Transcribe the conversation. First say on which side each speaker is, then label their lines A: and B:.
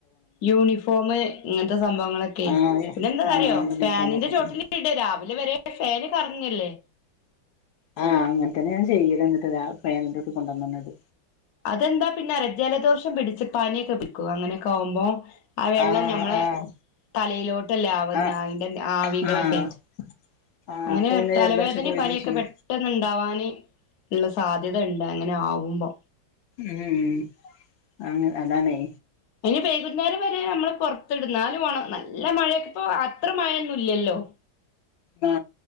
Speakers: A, on the left (about 60°); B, on the left (about 80°).
A: യൂണിഫോമങ്ങ സംഭവങ്ങളൊക്കെ
B: ആഹ്
A: പിന്നെ എന്താ
B: ആഹ്
A: അറിയോ
B: യൂണിഫോമൊക്കെ
A: ഫാനിന്റെ ചോട്ടിലടെ
B: തന്നെ
A: രാവിലെ വരെ ഫേനി പറഞ്ഞല്ലേ
B: ആഹ് അങ്ങനെ തന്നെയഞാ ചെയ്യത് എന്നിട്ട് പേനന്റെറെൊട്ടി കൊണ്ടുവന്നന്നത്
A: അതെന്താ പിന്നെ അറ ജലദോഷം പിടിച്ച പനിയൊക്കെ വിൽക്കും അങ്ങനൊക്കെ ആുമ്പോ ആ വെള്ളം
B: ആഹ്
A: ഞമ്മളെ
B: ആഹ്
A: തലയിലോട്ടല്ല ആവുന്ന
B: ആഹ്
A: അതിന്റെ ആവികളൊക്കെ
B: ആഹ് ആഹ്
A: അങ്ങനെ
B: അപ്പൊ പിന്നെ
A: തലവേദന
B: ജലദോഷൊക്കെ വരും
A: പനിയൊക്കെ
B: ചെയ്യും
A: പെട്ടെന്ന ഉണ്ടാവാാന് ഉള്ള സാധ്യത ഉണ്ട് അങ്ങനെ ആവുമ്പോ
B: ഉം അങ്ങ അതാാണ്േ
A: അതിന് വൈകുന്നേരം വരെ നമ്മള് പുൊത്തിടുന്നാലും ഓണം നല്ല മഴയൊക്കെപ്പോ അത്ര മഴയൊന്നുമല്ലല്ലോ
B: ആ